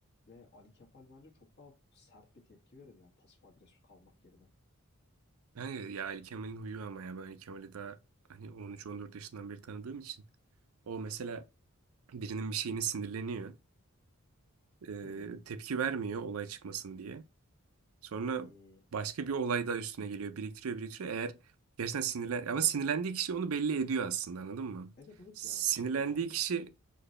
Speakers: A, on the left; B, on the right.
A: ve Ali Kefal bence çok daha sert bir tepki verirdi yani pasif agresif kalmak yerine.
B: Kanka ya Ali Kemal'in huyu ama ya ben Ali Kemal'i daha hani 13-14 yaşından beri tanıdığım için. O mesela birinin bir şeyine sinirleniyor. Ee,
A: Hı.
B: tepki vermiyor olay çıkmasın diye. Sonra
A: E,
B: başka bir olay daha üstüne geliyor. Biriktiriyor, biriktiriyor. Eğer gerçekten sinirlen... Ama sinirlendiği kişi onu belli ediyor aslında anladın mı?
A: evet evet
B: Sinirlendiği
A: yani şey vardı
B: kişi...